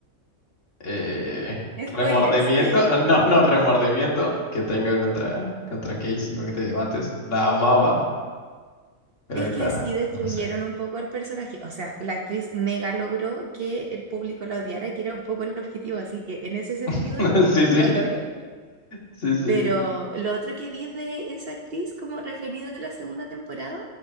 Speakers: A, on the left; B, on the right.
A: eh, remordimiento,
B: Spoilers. <laughs>
A: ah, no, no, remordimiento que tengo contra, contra Casey, porque te digo antes, la amaba, pero
B: Es
A: ahorita
B: que sí destruyeron
A: no lo sé.
B: un poco al personaje. O sea, la actriz mega logró que el público la odiara, que era un poco el objetivo. Así que en ese sentido
A: <laughs> Sí, sí,
B: lo logró.
A: sí, sí.
B: Pero lo otro que vi de esa actriz como referido a la segunda temporada